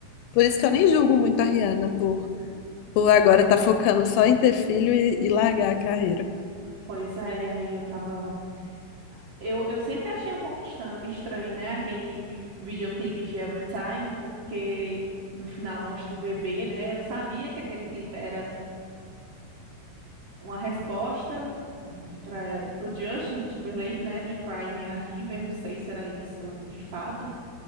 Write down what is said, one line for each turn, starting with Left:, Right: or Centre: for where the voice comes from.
Left: Por isso que eu nem julgo muito a Rihanna por, por agora estar focando só em ter filho e, e largar a carreira.
Right: Pois é, e aí eu tava. Eu, eu sempre achei um pouco estan- estranho, né? Aquele videoclipe de Every Time, porque no final mostra o bebê, né? Eu sabia que aquele clipe era uma resposta para o Justin Timberlake, né, de Cry Me a River, não sei se era isso de fato.